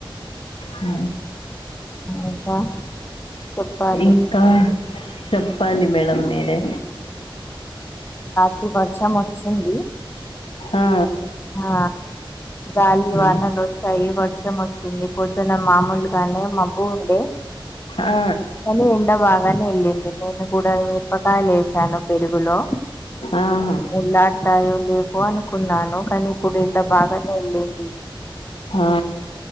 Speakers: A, on the left; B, on the left.
A: ఉ
B: ఇంకా చెప్పాలి
A: ఇంకా చెప్పాలి మేడంమ్ మీరే
B: తీ వర్షం వచ్చింది
A: ఆ
B: ఆ గాలి వానలు
A: ఉమ్.
B: వచ్చాయి వర్షం వచ్చింది పొద్దున మామూలుగానే మబ్బు ఉండే
A: ఆ
B: కానీ ఎండ బాగానే వెళ్ళి ది నేను కూడా మిరపకాయలు వేశాను పెరుగులో
A: ఆహా
B: ఉళ్లాడతాయో లేవో అనుకున్నాను కానీ ఇప్పుడు ఎండ బాగానే వెళ్ళింది
A: ఆ